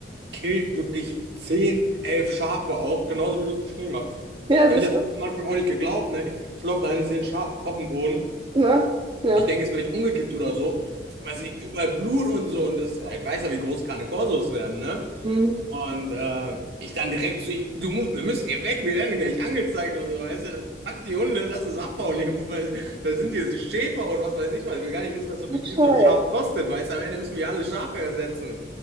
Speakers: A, on the right; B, on the right.
A: killt wirklich 10 11 Schafe auch, genauso wie du es beschrieben hast.
B: ja,
A: Und
B: siehst
A: ich habe
B: du,
A: am Anfang auch nicht geglaubt, ne? Ich laufe da hin, ich sehe ein Schaf auf dem Boden.
B: ne? Ja.
A: Ich denke, es ist vielleicht umgekippt oder so. Man sieht überall Blut und so und das, ja, ich weiß ja, wie groß keine Korsos werden, ne?
B: Hm.
A: Und äh, ich dann direkt zu ihm, du musst, wir müssen hier weg, wir werden gleich angezeigt und so, weißt du, das packt die Hunde, lass uns abbauen hier, weil da sind hier die Schäfer und was weiß ich was, ich will gar nicht wissen, was so, wie viel
B: Scheiße.
A: so ein Schaf kostet, weißt du, am Ende müssen wir alle Schafe ersetzen.